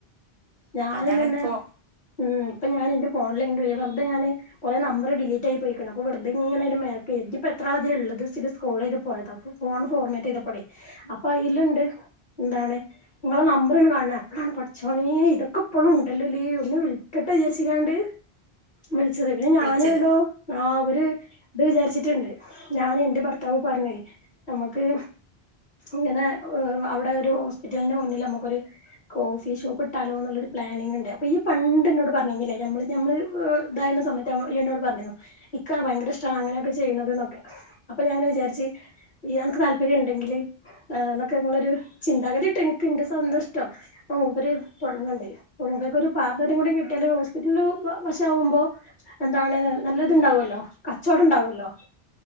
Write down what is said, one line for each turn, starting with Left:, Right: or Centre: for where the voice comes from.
Left: ഞാനും
Right: അതാണ്
Left: തന്നെ
Right: ഇപ്പോ
Left: ഉം ഇപ്പൊ ഞാൻ എന്റെ ഫോണില് വെറുതെ ഞാന് കൊറെ നമ്പർ ഡിലീറ്റ് ഡിലീറ്റായി പോയിക്കണു അപ്പൊ വെറുതെ ഇങ്ങനെന്റെ മേലെ കേറ്റിയിപ്പോ എത്രാളാതിലുള്ളതാ വെച്ചിട്ട് സ്കോർള് ചെയ്ത് പോയതാ അപ്പൊ ഫോൺ ഫോർമേറ്റ് ചെയ്തപ്പളെ അപ്പൊ അതിലുണ്ട് എന്താണ് നിങ്ങളെ നമ്പർ കാണുന്ന് അപ്പോഴാണ് പടച്ചോനെ ഇതൊക്കെ ഇപ്പോളും ഇണ്ടല്ലല് ഒന്ന് വിളിക്കട്ടെ വിചാരിച്ചങ്ങാണ്ട് വിളിച്ചത് പിന്നെ ഞാനു
Right: വിളിച്ചത്
Left: യോ ആ ഒര് ഇത് വിചാരിച്ചിട്ടുണ്ട് ഞാന് ന്റെ ഭർത്താവ് പറഞ്ഞേ നമ്മക്ക് ഇങ്ങനെ അവിടെ ഒരു ഹോസ്പിറ്റലിന്റെ മുന്നിൽ നമുക്കൊരു കോഫി ഷോപ്പ് ഇട്ടാലോ ന്നുള്ളൊരു പ്ലാനിങ്ണ്ട് അപ്പൊ ഇയ്യ് പണ്ട് ന്നോട് പറഞ്ഞിനിലെ ഞമ്മള് ഞമ്മള് ഇതായിണ സമയത്ത് ഇയ്യ് ന്നോട് പറഞ്ഞിനു ഇക്ക് ഭയങ്കര ഇഷ്ടാണ് അങ്ങനെയൊക്കെ ചെയ്യണത് ന്നൊക്കെ അപ്പൊ ഞാനിങ്ങന വിചാരിച്ച് അനക്ക് താല്പര്യം ഉണ്ടെങ്കില് ആ ന്നൊക്കെ ഞങ്ങളൊരു ചിന്താഗതിട്ടൊ ഇൻക്ക് ന്റെ സ്വന്തം ഇഷ്ടം അപ്പൊ മൂപ്പര് തൊടങ്ങ്ണ്ട് അപ്പം മൂപ്പർക്ക് ഒരു പാർട്ണറെ കൂടി കിട്ടിയാല് ഹോസ്പിറ്റൽ വാഷാകുമ്പോ എന്താണ് നല്ലതുണ്ടാവല്ലോ കച്ചവടം ഉണ്ടാവല്ലോ